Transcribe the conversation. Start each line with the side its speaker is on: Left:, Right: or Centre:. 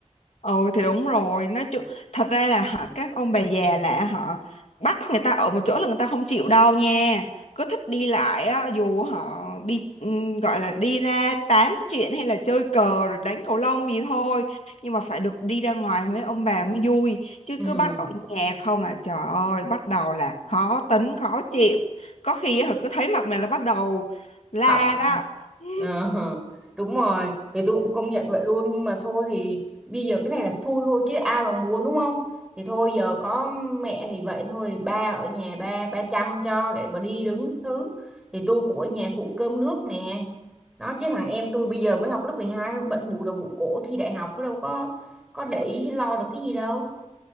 Left: Ừ thì đúng rồi nói chung thật ra là họ các ông bà già là họ bắt người ta ở một chỗ là người ta không chịu đâu nha cứ thích đi lại á dù họ đi ừm, gọi là đi ra tám chuyện hay là chơi cờ rồi đánh cầu lông gì thôi nhưng mà phải được đi ra ngoài với ông bà mới vui chứ
Centre: ừ
Left: cứ bắt ở nhà không là trời ơi bắt đầu là khó tính khó chịu có khi họ cứ thấy mặt mày là bắt đầu la
Centre: cọc <laughs>
Left: đó <laughs>
Centre: Ờ, đúng rồi thì tôi cũng công nhận vậy luôn nhưng mà thôi thì bây giờ cái này là xui thôi chứ ai mà mua đúng không thì thôi giờ có mẹ thì vậy thôi ba ở nhà ba ba chăm cho để mà đi đứng các thứ thì tôi cũng ở nhà phụ cơm nước nè nó chứ thằng em tôi bây giờ mới học lớp mười hai bận bù đầu bù cổ thi đại học nó đâu có có để ý hay lo được cái gì đâu